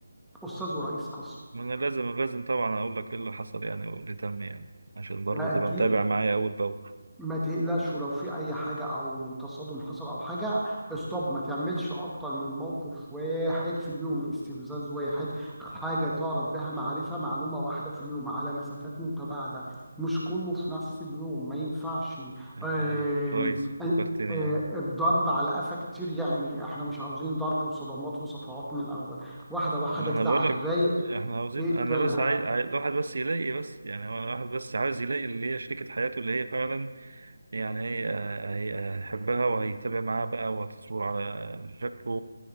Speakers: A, in the centre; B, on the right.
A: استاذ ورئيس قسم
B: ما انا لازم لازم طبعا اقول لك ايه اللي حصل يعني واللي تم يعني عشان برضه
A: ده
B: تبقى
A: اكيد
B: متابع معايا اول باول
A: ما تقلقش ولو في اي حاجه او تصادم حصل او حاجه استوب ما تعملش اكتر من موقف واحد في اليوم استفزاز واحد حاجه تعرف بها معرفه معلومه واحده في اليوم على مسافات متباعده مش كله في نفس اليوم ما ينفعش
B: يعني
A: آم،
B: كويس فكرتني
A: آم، آه،
B: يعني
A: الضرب على قفا كتير يعني احنا مش عاوزين ضرب وصدمات وصفعات من الاول واحده واحده
B: ما انا
A: كده
B: بقول
A: على الرايق
B: لك احنا عاوزين
A: تقتلها
B: انا بس عايز الواحد بس يلاقي بس يعني هو الواحد بس عايز يلاقي اللي هي شريكة حياته اللي هي فعلا يعني هي هي- هيحبها وهيتابع معاها بقى وهتصبر على مشاكله